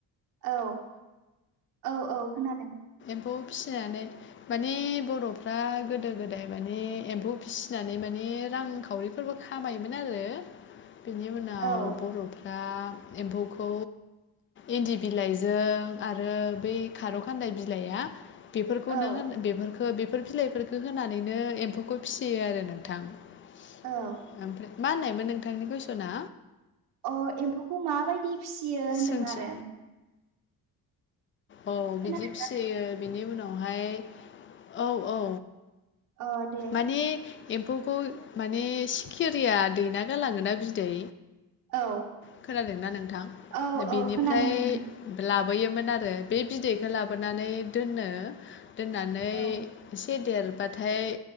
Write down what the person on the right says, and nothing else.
औ औ औ खोनादों।
औ
<inaudible>
औ
औ
अ एम्फौखौ माबायदि फिसियो होनदों
आरो
खोनादों
अ दे
औ।
औ
औ खोनादों नोंथां
औ